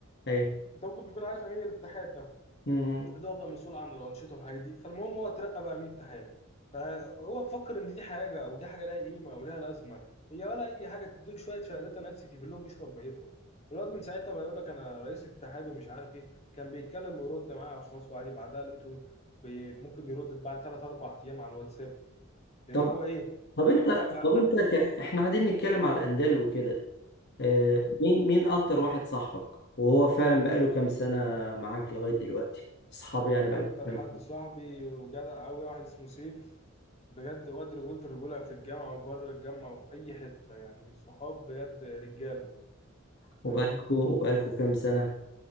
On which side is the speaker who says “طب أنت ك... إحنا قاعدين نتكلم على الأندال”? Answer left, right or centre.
Left